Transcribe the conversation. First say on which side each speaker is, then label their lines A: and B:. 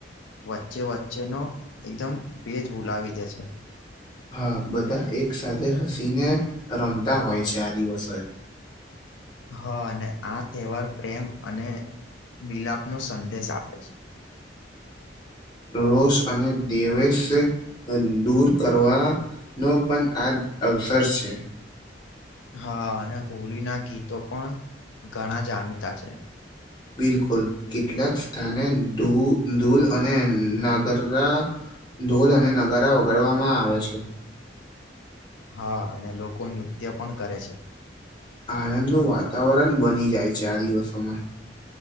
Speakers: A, on the left; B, on the left.
A: વચ્ચે-વચ્ચેનો એકદમ ભેદ હૂલાવી દે છે.
B: હા, બધા એક સાથે હસી ને રમતા હોય છે આ દિવસો એ.
A: હા અને આ તહેવાર પ્રેમ અને મિલાપ નો સંદેશ આપે છે.
B: રોષ અને દવેસ દૂર કરવા નો પણ આ અવસર છે.
A: હા અને હોલી ના ગીતો પણ ઘણા જાણીતા છે.
B: બિલકુલ કેટલાક સ્થાને ધૂ ધૂલ અને નાગર ધૂલ અને નગારા વગાડવામાં આવે છે.
A: હા અને લોકો નૃત્ય પણ કરે છે.
B: આનંદનું વાતાવરણ બની જાય ચાર દિવસોમાં.